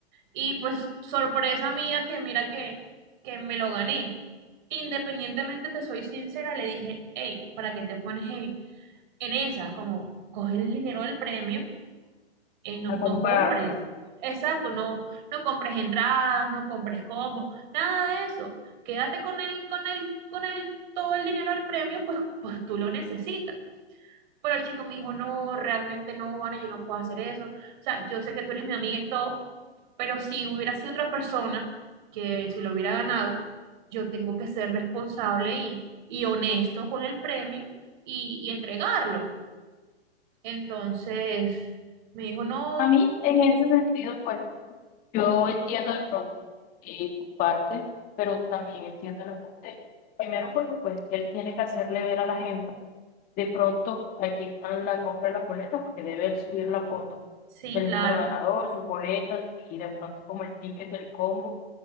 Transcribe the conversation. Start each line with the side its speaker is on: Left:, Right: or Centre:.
Right: y pues sorpresa mía que mira que, que me lo gané. Independientemente, te soy sincera, le dije, hey, ¿para qué te pones en, en esas? Como, coge el dinero del premio, eh, no,
Left: A
Right: no
Left: comprarlo.
Right: compres. Exacto, no, no compres entradas, no compres combo, nada de eso. Quédate con el, con el, con el, todo el dinero del premio, pues, pues tú lo necesitas. Pero el chico me dijo, no, realmente no, Vane, yo no puedo hacer eso. O sea, yo sé que tú eres mi amiga y todo, pero si hubiera sido otra persona que si lo hubiera ganado, yo tengo que ser responsable y, y honesto con el premio y, y entregarlo. Entonces me dijo, no,
Left: A mí, en ese sentido, pues. Yo entiendo de pronto eh, tu parte, pero también entiendo la parte de él. Primero porque pues él tiene que hacerle ver a la gente, de pronto aquí están la compra de las boletas porque debe él subir la foto
Right: sí,
Left: del
Right: claro,
Left: número ganador, sus boletas y de pronto como el ticket del combo